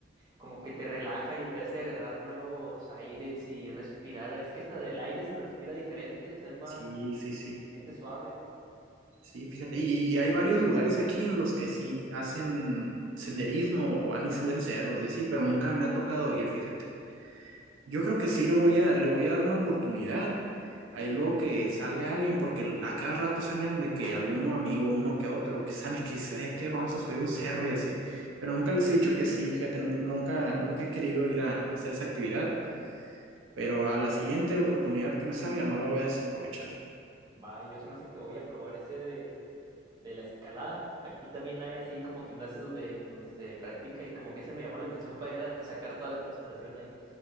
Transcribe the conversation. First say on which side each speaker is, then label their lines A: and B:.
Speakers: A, on the right; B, on the right.
A: como que te relaja y te hace agarrar nuevos aires y respirar. Es que hasta del aire se respira diferente, o sea, es más,
B: sí, sí, sí.
A: se siente suave.
B: Sí, fíjate, y, y hay varios lugares aquí en los que sí hacen senderismo o van y suben cerros y así, pero nunca me ha tocado ir, fíjate. Yo creo que sí lo voy a, le voy a dar una oportunidad. Ahí luego que salga alguien, porque a cada rato salen de que alguno amigo, uno que otro, que <laughs> sale que dice, "Eh, que vamos a subir un cerro y así. Pero nunca les he dicho que sí, fíjate, nun- nunca, nunca he querido ir a hacer esa actividad, pero a la siguiente oportunidad que me salga no la voy a desaprovechar.
A: Va, y yo se me hace que voy a probar ese de, de la escalada. Aquí también hay así como gimnasios donde, donde se practica y como que ese me llamó la atención para ir a sacar toda la frustración ahí.